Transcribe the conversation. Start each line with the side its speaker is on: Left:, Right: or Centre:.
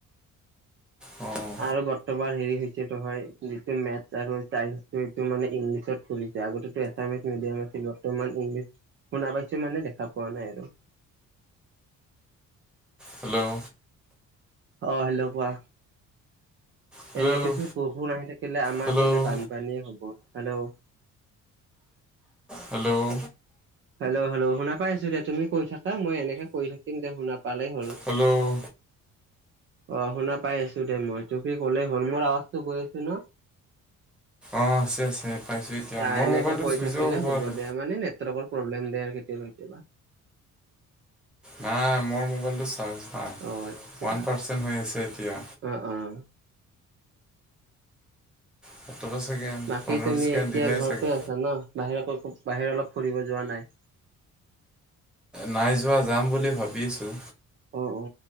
Centre: অঁ
Right: আৰু বৰ এবাৰ হেৰি হৈছে তোহাৰ তুমি মেথছ আৰু চাইন্স তুমিতো মানে ইংলিছত পঢ়িছা আগতেটো এছামিছ মিডিয়াম আছিলো বৰ্তমান ইংলিছ শুনা পাইছো মানে দেখা পোৱা নাই আৰু।
Centre: হেল্ল',
Right: অ, হেল্ল', কোৱা?
Centre: হেল্ল'
Right: এনেকে চোন বৰষুণ আহি থাকিলে আমাৰ
Centre: হেল্ল'
Right: ফালে বানপানীয়ে হব হেল্ল',
Centre: হেল্ল',
Right: হ্যালো‌ হ্যালো শুনা পাইছো দে তুমি কৈয় থাক মই এনেকে থাকিম দে শুনা পালেই হ'ল
Centre: হেল্ল',
Right: অ, শুনা পাই আছো দে মই তুপি গ'লে হল মোৰ আৱাজটো গৈ আছো ন'?
Centre: অ আছে আছে পাইছোঁ এতিয়া
Right: অ
Centre: মোৰ
Right: এনেকে
Centre: মোবাইলটো
Right: কৈ
Centre: ছুইচৰ
Right: থাকিলে
Centre: হ'ব আৰু
Right: দে মানে নেটৱৰ্কৰ প্ৰব্লেম দিয়ে আৰু কেতিয়াবা কেতিয়াবা
Centre: নাই মোৰ মোবাইলটো চাৰ্জ নাই
Right: অ আচ্ছা
Centre: ওৱান পাৰ্চেণ্ট হৈ আছে এতিয়া
Right: আহ আহ।
Centre: সোতৰ ছেকেণ্ড
Right: বাকী
Centre: পোন্ধৰ
Right: তুমি
Centre: ছেকেণ্ড
Right: এতিয়া
Centre: দিলে
Right: ঘৰতে
Centre: চাগে
Right: আছা ন বাহিৰ আকৌ বাহিৰত অলপ ফুৰিব যোৱা নাই।
Centre: নাই যোৱা যাম বুলি ভাবিছোঁ।
Right: অ অ